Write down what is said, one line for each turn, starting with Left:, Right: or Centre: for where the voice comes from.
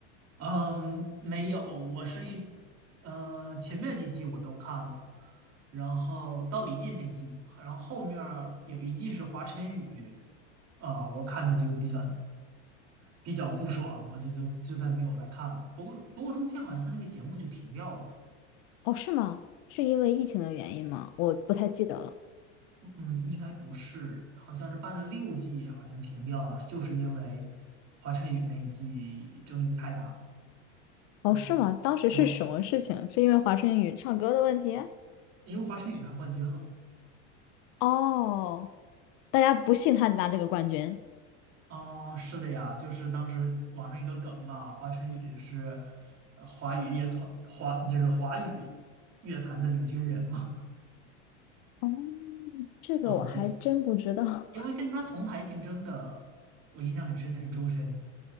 Right: 嗯，没有，我是一，呃，前面几季我都看了，然后到李进那季，然后后面儿有一季是华晨宇，啊、我看的就比较比较不爽，我就就就再没有再看了。不过不过中间好像他那个节目就停掉了，
Left: 哦，是吗？是因为疫情的原因吗？我不太记得了。
Right: 嗯，应该不是，好像是办了六季，好像停掉了，就是因为华晨宇那一季争议太大了，
Left: 哦，
Right: 然后
Left: 是吗？当时是什么事情？
Right: 然后
Left: 是因为华晨宇唱歌的问题？
Right: 因为华晨宇拿冠军了。
Left: 哦，大家不信他拿这个冠军。
Right: 哦，是的呀，就是当时网上一个梗嘛，华晨宇是呃华语乐团华就是华语乐坛的领军人嘛，
Left: 哦，
Right: <laughs>
Left: 这个我还真不知道。
Right: 啊、就是因为跟他同台竞争的，
Left: <laughs>
Right: 我印象很深的是周深